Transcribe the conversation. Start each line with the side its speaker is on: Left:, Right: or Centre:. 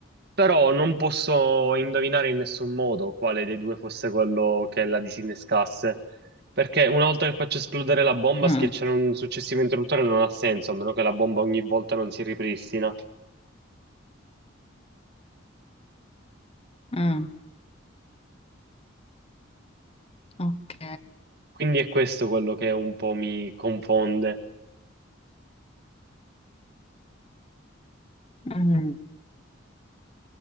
Right: però non posso indovinare in nessun modo quale dei due fosse quello che la disinnescasse, perché una volta che faccio esplodere la bomba,
Left: mm,
Right: schiacciare un successivo interruttore non ha senso, a meno che la bomba ogni volta non si ripristina.
Left: Ok. mm, ok.
Right: Quindi è questo quello che un po' mi confonde.
Left: Mhm.